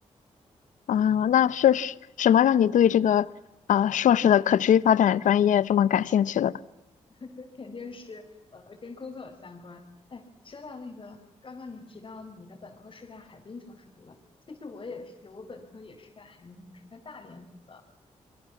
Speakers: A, on the left (about 80°); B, on the left (about 40°).
A: 啊，那是什什么让你对这个啊、硕士的可持续发展专业这么感兴趣的？
B: <laughs> 肯定是呃跟工作相关。哎，说到那个，刚刚你提到你的本科是在海滨城市读的，其实我也是，我本科也是在海滨城市，在大连读的。